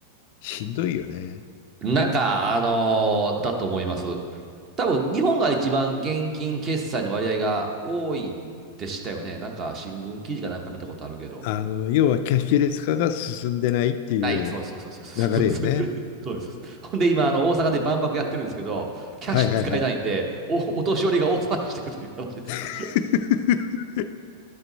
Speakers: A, on the left; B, on the right.
A: しんどいよね。
B: なんか、あのーだと思います。多分、日本が一番現金決済の割合が多いんでしたよね。なんか、新聞記事かなんか見たことあるけど。
A: あの、要はキャッシュレス化が進んでないっていう
B: ない、そうです、そうです、
A: 流れよね。
B: そうです、そうです。<laughs> そうです。ほんで、今、あの、大阪で万博やってるんですけど、キャッシュ使えないんで、
A: はいはいはい。
B: お、お年寄りが大騒ぎしてるという話ですけど。
A: <laughs>